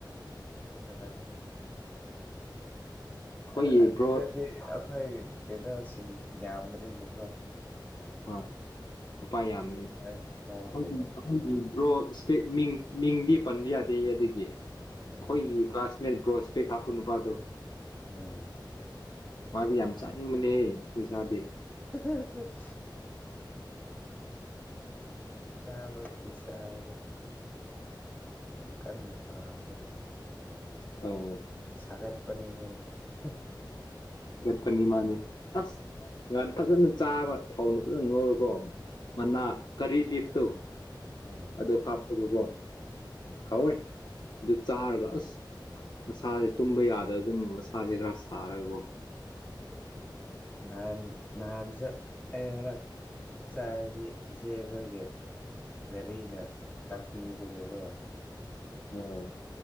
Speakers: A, on the left (about 25°); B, on the left (about 60°).
A: ꯇꯜꯂꯝꯃꯅꯤ
B: ꯑꯩꯈꯣꯏꯒꯤ
A: ꯑꯗꯨꯗꯤ
B: ꯕ꯭ꯔꯣ
A: ꯑꯩꯈꯣꯏ ꯀꯦꯗꯁꯤꯡ ꯌꯥꯝꯕꯅꯤꯅꯀꯣ
B: ꯍꯣꯏ ꯅꯨꯄꯥ ꯌꯥꯝꯅꯤ ꯑꯩꯈꯣꯏꯒꯤ
A: ꯍꯥꯏ ꯀꯥꯏꯗꯦꯗ
B: ꯑꯩꯈꯣꯏꯒꯤ ꯕ꯭ꯔꯣ ꯃꯤꯡ ꯃꯤꯡꯗꯤ ꯄꯟꯕ ꯌꯥꯗꯦ ꯑꯗꯨꯗꯒꯤ ꯑꯩꯈꯣꯏꯒꯤ
A: ꯎꯝ
B: ꯀ꯭ꯂꯥꯁꯃꯦꯠ ꯕ꯭ꯔꯣꯁ ꯁꯄꯦꯛ ꯍꯥꯞꯄ ꯅꯨꯄꯥꯗꯣ
A: ꯎꯝ
B: ꯃꯥꯗꯤ ꯌꯥꯝ ꯆꯥꯅꯤꯡꯕꯅꯦ ꯍꯧꯏꯁꯥꯗꯤ
A: <unintelligible> ꯆꯥꯕꯕꯨꯗꯤ ꯆꯥꯏꯗ ꯌꯥꯝ ꯀꯟꯅ ꯄꯥꯝꯕ ꯑꯣꯏꯗꯦ
B: ꯑꯧ
A: ꯊꯥꯒꯠ ꯄꯅꯦ ꯍꯦ
B: ꯄꯅꯤ ꯃꯥꯅꯤ ꯑꯁ ꯉꯥꯍꯟ ꯐꯖꯅ ꯆꯥꯕ ꯊꯥꯎꯅ ꯐꯖꯅ ꯉꯧꯔꯀꯣ ꯃꯅꯥ
A: ꯎꯝ
B: ꯀꯔꯤ ꯂꯤꯐꯇꯣ
A: ꯎꯝ
B: ꯑꯗꯨ ꯍꯥꯞꯀꯅꯨꯀꯣ
A: ꯎꯝ
B: ꯍꯥꯎꯋꯦ ꯑꯗꯨ ꯆꯥꯔꯒ ꯑꯁ ꯃꯁꯥꯁꯦ ꯇꯨꯝꯕ ꯌꯥꯗ ꯑꯗꯨꯝ ꯃꯁꯥꯁꯦ ꯈꯔ ꯁꯥꯔꯒꯀꯣ
A: ꯅꯍꯥꯟ ꯅꯍꯥꯟꯁꯨ ꯑꯩ ꯑꯃꯨꯔꯛ ꯆꯥꯏꯁꯤ ꯏꯆꯦꯈꯣꯏꯒꯤ ꯒꯥꯔꯤꯅ ꯇꯥꯛꯄꯤꯕꯅꯦꯀꯣ
B: ꯑꯣ